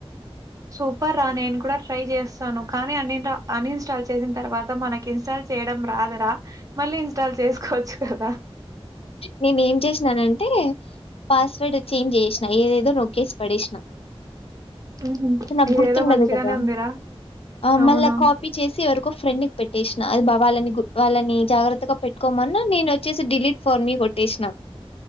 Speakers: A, on the right; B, on the left.
A: సూపర్ రా నేను కూడా ట్రై చేస్తాను కానీ అ అన్ఇన్స్టాల్ చేసిన తర్వాత మనకి ఇన్స్టాల్ చేయడం రాదు రా మళ్ళీ ఇన్స్టాల్ చేసుకోవచ్చు కదా
B: నేను ఏం చేస్త న్నానంటే పాస్వర్డ్ చేంజ్ చేసిన ఏదేదో నొక్కేసి పిడెసినా
A: ఉహు
B: అది నాకు
A: ఇదేదో
B: గుర్తుండదు
A: మంచిగానే
B: కదా
A: ఉందిరా
B: ఆ
A: అవును
B: మళ్ళీ కాపీ చేసి ఎవరికో ఫ్రెండ్ కి పెట్టేసా ఆది బా వాళ్ళని వాళ్ళని జాగ్రత్తగా పెట్టుకోమన్నా నేను వచి చి ఏసీ డిలీట్ ఫర్ మీ కొట్టేసిన